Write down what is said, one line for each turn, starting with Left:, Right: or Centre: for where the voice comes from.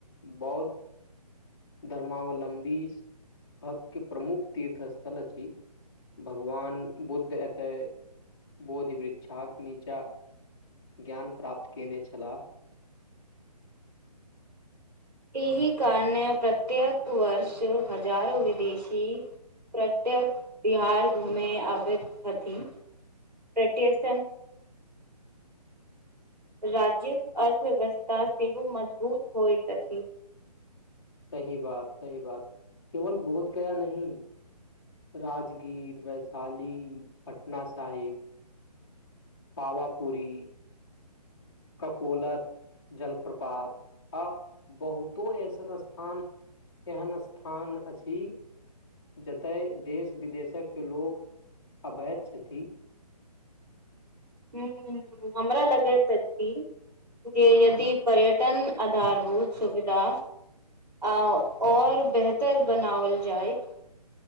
Left: बौद्ध धर्मावलम्बी भक्त के प्रमुख तीर्थ स्थल अछि भगवान बुद्ध एतै बोध वृक्षाक नीचाँ ज्ञान प्राप्त केने छलाह
Right: इहि कारणे प्रत्येक वर्ष हजारो विदेशी प्रत्यक बिहार घूमे आबै छथि प्रत्यसन राज्यक अर्थव्यवस्था सेहो मजबूत होइत अछि
Left: सही बात सही बात केवल बोध गया नहि राजगीर वैशाली पटना साहिब पावा पूरी ककोला जलप्रपात आ बहुतो ऐसन स्थान एहन स्थान अछि जतए देश विदेशक के लोग अवति छथि
Right: हूं हमरा लगति अछि जे यदि पर्यटन आधारभूत सुविधा आ आओर बेहतर बनाओल जायत